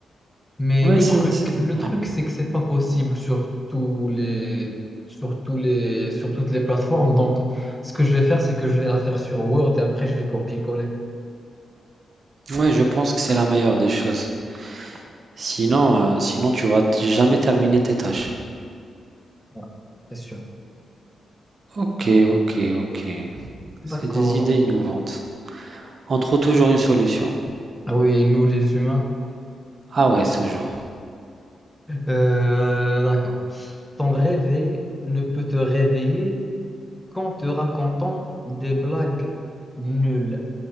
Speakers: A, in the centre; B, on the right.
A: Mais
B: Ouais,
A: le
B: c'est,
A: truc,
B: c'est-
A: le
B: ouais.
A: truc, c'est que c'est pas possible sur tous les, sur tous les, sur toutes les plateformes. Donc, ce que je vais faire, c'est que je vais la faire sur Word et après, je vais copier-coller.
B: Ouais, je pense que c'est la meilleure des choses. Sinon, euh, sinon tu vas t- jamais terminer tes tâches.
A: Ouais, c'est sûr.
B: Ok, ok, ok.
A: D'accord.
B: C'est des idées innovantes. On trouve toujours une solution.
A: Ah oui, nous, les humains.
B: Ah ouais, toujours.
A: Euh, d'accord. Ton réveil ne peut te réveiller Quand te racontant des blagues nulles,